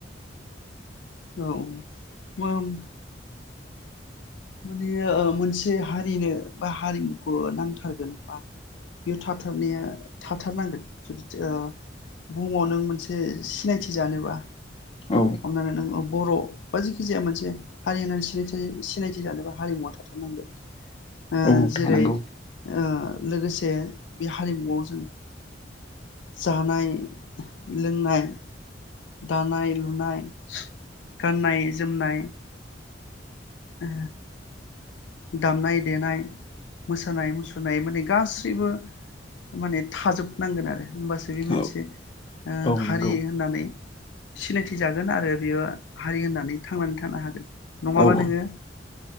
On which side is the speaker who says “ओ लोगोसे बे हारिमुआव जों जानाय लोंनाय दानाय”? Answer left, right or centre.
Left